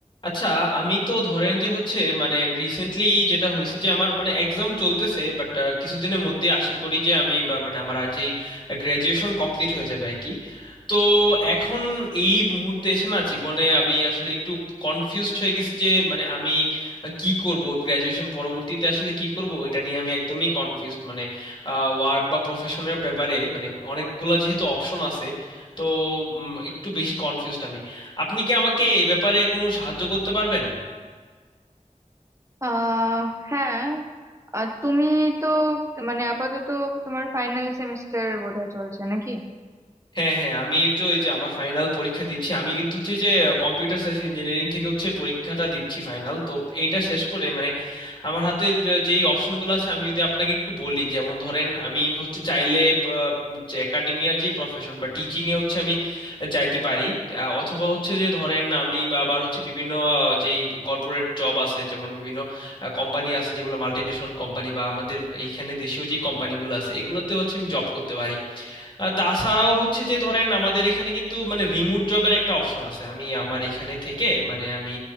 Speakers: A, on the left (about 40°); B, on the right (about 20°).
A: আচ্ছা আমি তো ধরেন যে হচ্ছে মানে রিসেন্টলি যেটা হয়েছে যে আমার মানে এক্সাম চলতেছে বাট কিছুদিনের মধ্যে আশা করি যে আমি বা মানে আমার আজ এই গ্র্যাজুয়েশন কমপ্লিট হয়ে যাবে আর কি তো এখন এই মুহূর্তে এসে না জীবনে আমি আসলে একটু কনফিউজড হয়ে গেছি যে মানে আমি কি করব গ্র্যাজুয়েশন পরবর্তীতে আসলে কি করব এটা নিয়ে আমি একদমই কনফিউজড মানে ওয়ার্ক বা প্রফেশনের ব্যাপারে মানে অনেকগুলা যেহেতু অপশন আছে তো উম, একটু বেশি কনফিউজড আমি আপনি কি আমাকে এই ব্যাপারে কোনো সাহায্য করতে পারবেন
B: আহ হ্যাঁ আর তুমি তো মানে আপাতত তোমার ফাইনাল সেমিস্টার বোধহয় চলছে নাকি
A: হ্যাঁ হ্যাঁ আমি তো এই যে আমার ফাইনাল পরীক্ষা দিচ্ছি আমি কিন্তু হচ্ছে যে কম্পিউটার সায়েন্স ইঞ্জিনিয়ারিং থেকে হচ্ছে পরীক্ষাটা দিচ্ছি ফাইনাল তো এইটা শেষ করে মানে আমার হাতে যে অপশনগুলো আছে আমি যদি আপনাকে একটু বলি যেমন ধরেন আমি হচ্ছে চাইলে আহ, যে একাডেমিয়ার যে প্রফেশন বা টিচিং এ হচ্ছে আমি যাইতে পারি আহ, অথবা হচ্ছে যে ধরেন আমি আবার হচ্ছে বিভিন্ন আহ, যেই কর্পোরেট জব আছে যেমন বিভিন্ন কোম্পানি আছে যেগুলো মাল্টিনেশনাল কোম্পানি বা আমাদের এইখানে দেশীয় যে কোম্পানিগুলো আছে এগুলোতে হচ্ছে আমি জব করতে পারি আহ, তাছাড়াও হচ্ছে যে ধরেন আমাদের এখানে কিন্তু মানে রিমোট জবের একটা অপশন আছে আমি আমার এখানে থেকে মানে আমি